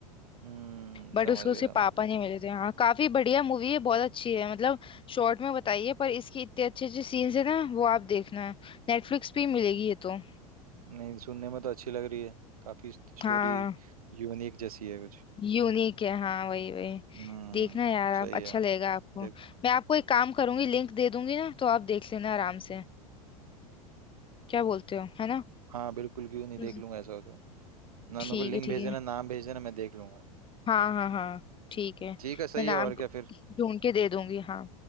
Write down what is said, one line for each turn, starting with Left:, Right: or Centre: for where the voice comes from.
Right: हम्म
Left: बट
Right: समझ
Left: उसको
Right: गया
Left: उसके पापा
Right: समझ गया
Left: नहीं मिले थे हाँ काफी बढ़िया मूवी है बहुत अच्छी है मतलब शॉर्ट में बताइए पर इसकी इतने अच्छे अच्छे सीन्स है ना वो आप देखना नेटफ्लिक्स पे ही मिलेगी ये तो
Right: नहीं सुनने में तो अच्छी लग रही है काफी स्टोरी
Left: हाँ
Right: यूनिक जैसी है कुछ
Left: यूनिक है हाँ वही वही
Right: हम्म
Left: देखना यार
Right: सही
Left: आप अच्छा
Right: है
Left: लगेगा आपको
Right: देख
Left: मैं आपको एक काम करूंगी लिंक दे दूंगी ना तो आप देख लेना आराम से क्या बोलते हो है ना
Right: हाँ बिल्कुल क्यों नहीं
Left: हम्म।
Right: देख लूंगा ऐसा हो तो ना
Left: ठीक
Right: मेरे को लिंक
Left: है ठीक
Right: भेज देना
Left: है
Right: नाम भेज देना मैं देख लूंगा
Left: हाँ हाँ हाँ ठीक है
Right: ठीक है सही
Left: मैं नाम
Right: है और
Left: ढू-
Right: क्या फिर
Left: ढूंढ के दे दूंगी हाँ